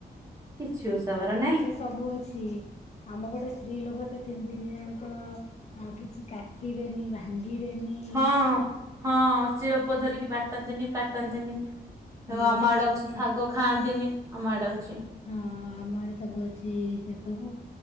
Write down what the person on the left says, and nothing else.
ସବୁଅଛି। ଆମପଟେ ସ୍ତ୍ରୀ ଲୋକ ସେ ତିନି ତିନି ଜାଙ୍କ ଅଁ କିଛି କାଟିବେନି ଭାଙ୍ଗି ଗିବେନି
ହଁ
କିଛି
ହଁ ଆମ ଆଡେ ସବୁ ଅଛି ସେସବୁ